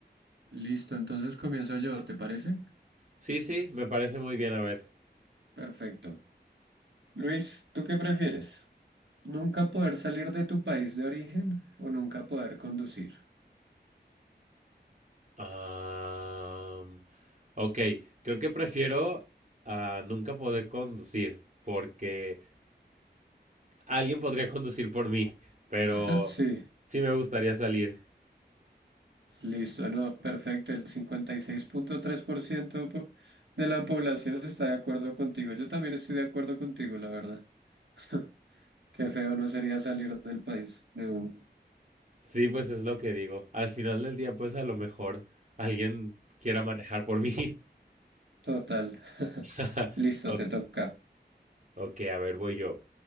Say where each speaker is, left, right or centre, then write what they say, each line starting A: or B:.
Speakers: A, on the right (about 90°); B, on the right (about 45°).
A: Listo, entonces comienzo yo, ¿te parece?
B: Sí, sí, me parece muy bien. A ver.
A: Perfecto. Luis, ¿tú qué prefieres? ¿Nunca poder salir de tu país de origen o nunca poder conducir?
B: Am, ok, creo que prefiero a nunca poder conducir. Porque alguien podría <laughs> conducir por mí. Pero
A: <laughs> Sí,
B: sí me gustaría salir.
A: listo, no, perfecto. El 56.3% po- de la población está de acuerdo contigo. Yo también estoy de acuerdo contigo, la verdad. <laughs> Qué feo no sería salir del país, de un
B: Sí, pues es lo que digo. Al final del día, pues a lo mejor alguien quiera manejar por mí.
A: Total. <laughs>
B: <laughs>
A: Listo,
B: Ok,
A: te toca.
B: Ok, a ver, voy yo.